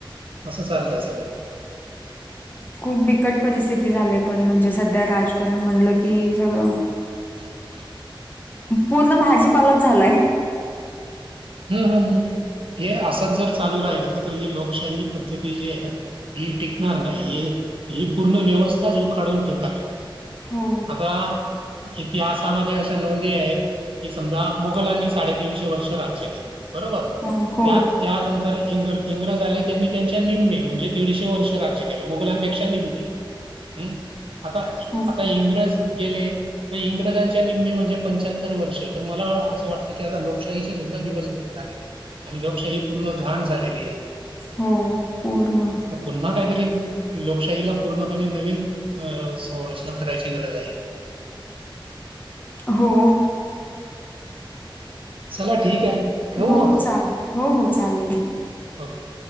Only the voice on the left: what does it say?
खूप बिकट परिस्थिती झाली पण म्हणजे सध्या राजकारण म्हटलं की सगळं
पूर्ण भाजीपालच झालाय
हो
हो हो
हो
हो पूर्ण
हो.
हो
चालेल हो हो चालेल